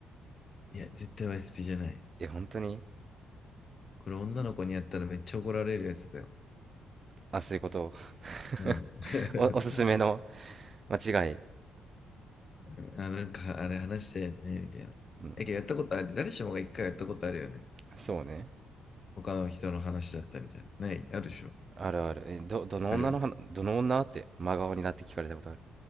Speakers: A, on the left; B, on the right.
A: いや、絶対 YSP じゃない。
B: え、本当に
A: これ女の子にやったらめっちゃ怒られるやつだよ。
B: あ、そういうこと。
A: うん。<laughs>
B: <laughs> お、おすすめの間違い。
A: あ、なんかあれ話したよね、みたいな。
B: うん、
A: え、けどやったことある。誰しもが一回やったことあるよね。
B: そうね。
A: 他の人の話だったみたいな。ない、あるでしょ。
B: あるある。え、ど、どの女の話、
A: あるよね。
B: どの女って真顔になって聞かれたことある。